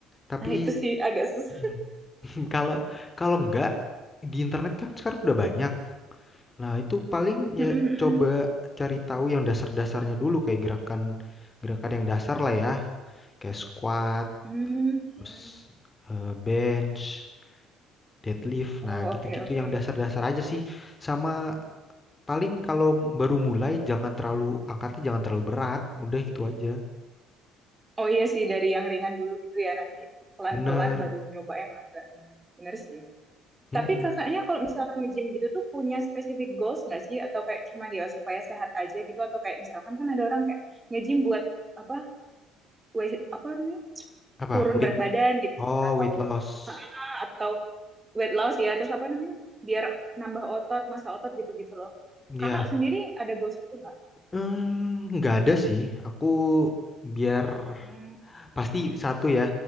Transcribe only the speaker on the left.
Tapi
<laughs>
kalau kalau enggak di internet kan sekarang udah banyak. Nah, itu paling ya
coba cari tahu yang dasar-dasarnya dulu kayak gerakan gerakan yang dasar lah ya, kayak squat,
terus eh, bench, deadlift. Nah,
gitu-gitu
yang dasar-dasar aja sih. Sama paling kalau baru mulai jangan terlalu angkatnya jangan terlalu berat, udah itu aja.
Bener.
Mm-mm.
Apa?
Weight?
Oh,
weight loss.
Ya,
hmm, nggak ada sih. Aku biar
pasti satu ya.